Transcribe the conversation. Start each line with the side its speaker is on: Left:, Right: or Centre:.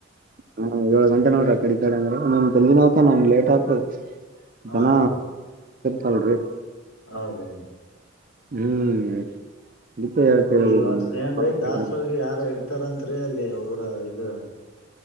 Right: ಹ್ಮ ಹ ಏಳ ಗಂಟೆ ನೋಡ್ರ ಕಡಿತಾಡೆ ಅಂದ್ರೆ <unintelligible> ಹ್ಮ್ ನಂಗೆ ಲೇಟ್ ಆತ
Left: ಹಾ
Right: ದನ
Left: ರೀ
Right: <unintelligible>
Left: ಹೌದೌದು
Right: ಹ್ಮ್ ಅದಕ್ಕೆ ಯಾಕ್ ಕೇಳಿದ್ರಿ
Left: ಈ ವರ್ಷ
Right: ನೀವು
Left: ಏನ್ ಅಂದೇ
Right: ಬರ್ಬೇಕಿಲ್ರಿ
Left: ದಾಸ ಹೋಗಿ ಯಾರ ಹಿಡ್ತ ತರತ್ರಿ ಅಲ್ಲಿ ಊರ ಇದು